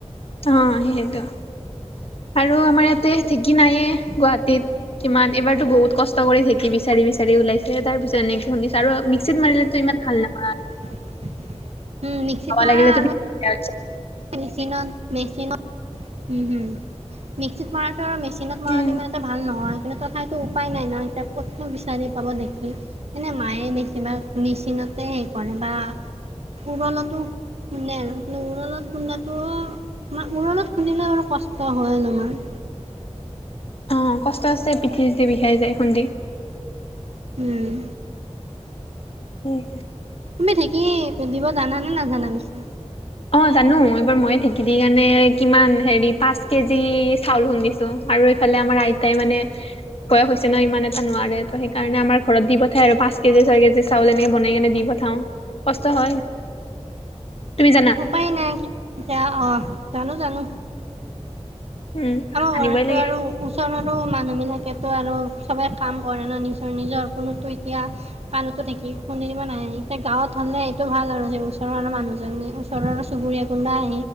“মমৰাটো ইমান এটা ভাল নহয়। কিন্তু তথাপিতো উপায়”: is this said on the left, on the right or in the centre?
Right